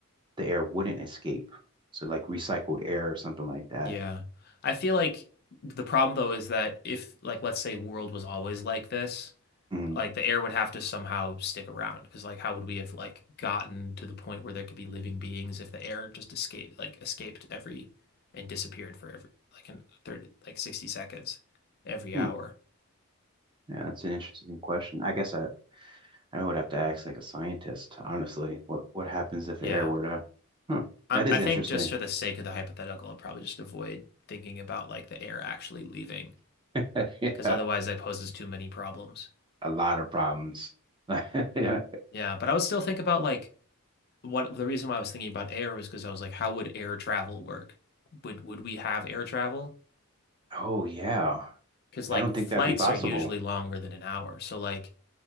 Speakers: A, on the right; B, on the left.
A: the air wouldn't escape. So like recycled air or something like that.
B: Yeah. I feel like the problem though is that if like let's say world was always like this,
A: Mhm.
B: like the air would have to somehow stick around because like how would we have like gotten to the point where there could be living beings if the air just escaped like escaped every and disappeared for every like in 30 like 60 seconds every
A: Hmm.
B: hour
A: Yeah, that's an interesting question. I guess I I would have to ask like a scientist, honestly. What what happens if
B: yeah
A: air were to? Huh,
B: i
A: that is
B: I think
A: interesting.
B: just for the sake of the hypothetical i will probably just avoid thinking about like the air actually leaving
A: <laughs> Yeah,
B: because otherwise that poses too many problems
A: a lot of problems. <laughs> Yeah.
B: yeah but I would still think about like what the reason why I was thinking about air was because I was like how would air travel work would would we have air travel
A: Oh yeah.
B: Because like
A: I don't think
B: flights
A: that'd be possible.
B: are usually longer than an hour. So like